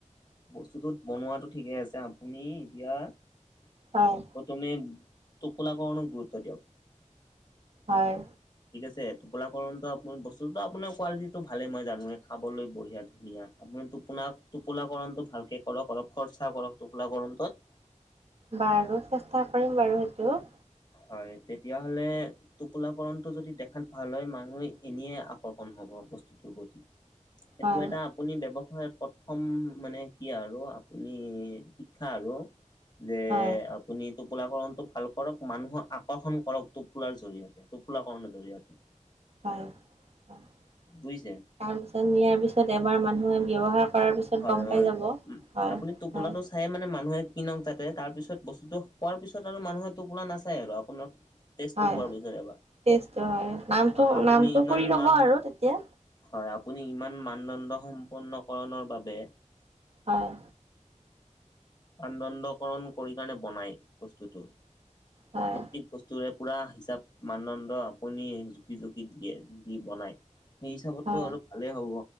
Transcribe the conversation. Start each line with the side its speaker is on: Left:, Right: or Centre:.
Left: বস্তুটোত বনোৱাটো ঠিকে আছে আপুনি এতিয়া
Right: হয়
Left: তুমি টোপোলাকৰণক গুৰুত্ব দিয়ক
Right: হয়
Left: ঠিক আছে টোপোলাকণটো আপুনি বস্তুটো আপোনাৰ কোৱালিটিটো ভালেই মই জানোৱেই খাবলৈ বঢ়িয়া ধুনীয়া আপুনি টোপোনাক টোপোলাকৰণটো ভালকে কৰক অলপ খৰচা কৰক টোপোলা কৰণটোত।
Right: বাৰু চেষ্টা কৰিম বাৰু সেইটো।
Left: হয় তেতিয়াহ'লে টোপোলাকণটো যদি দেখাত ভাল হয় মানুহে এনেই আকৰ্ষণ হব বস্তুটোৰ প্ৰতি। সেইটো
Right: হয়
Left: এটা আপুনি ব্যৱসায়ত প্ৰথম মানে কি আৰু আপুনি শিক্ষা আৰু যে
Right: হয়
Left: আপুনি টোপোলাকণটো ভাল কৰক। মানুহক আকৰ্ষণ কৰক টোপোলাৰ জৰিয়তে, টোপোলা কৰণৰ জৰিয়তে।
Right: হয় হয় তাৰপিছত
Left: বুজিছে।
Right: নিয়াৰ পিছত এবাৰ মানুহে ব্যৱহাৰ কৰাৰ পিছত
Left: হয়
Right: গম পাই
Left: হয়
Right: যাব হয়
Left: উম আপুনি টোপোলাটো
Right: হয়।
Left: চাই মানে মানুহে কিনক যাতে, তাৰ পিছত বস্তুটো হোৱাৰ পিছত আৰু মানুহে টোপোলা নাচায় আৰু আপোনাক তেজটো
Right: হয়
Left: পোৱাৰ পিছত এবাৰ,
Right: টেষ্টটো হয় নামটো
Left: হয় আপুনি
Right: নামটো
Left: ইমান
Right: কৰি ল'ব
Left: মান,
Right: আৰু তেতিয়া
Left: হয় আপুনি ইমান মানদণ্ড সম্পন্নকৰণৰ বাবে
Right: হয়।
Left: মানদণ্ডকৰণ কৰি কাৰণে বনাই বস্তুটো,
Right: হয়
Left: প্ৰটিক বস্তুৰে পুৰা হিচাপ মানদণ্ড আপুনি জুখি জুখি দিয়ে দি বনাই। সেই হিচাপততো
Right: হয়
Left: আৰু ভালেই হ'ব,